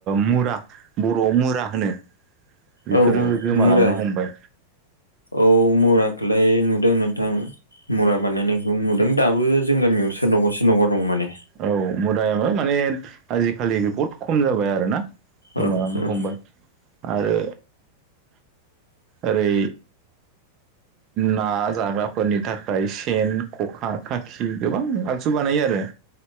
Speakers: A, on the right (about 35°); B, on the left (about 85°).
A: मुरा बर'आव मुरा होनो। बेफोरो
B: औ औ
A: गोमालांनो
B: मुरा
A: हमबाय
B: औ मुराखौलाय नुदों नोंथां मुरा बानायनायखौ नुदों दाबो जों गामियाव सोरनावबा सोरनावबा दं माने
A: औ मुदायाबो माने आजिखालि बहुद खम जाबाय आरो ना गोमालांनो
B: ओं ओं
A: हमबाय आरो ओरै ना जाग्राफोरनि थाखाय सेन खखा खाखि गोबां आगजु बानायो आरो।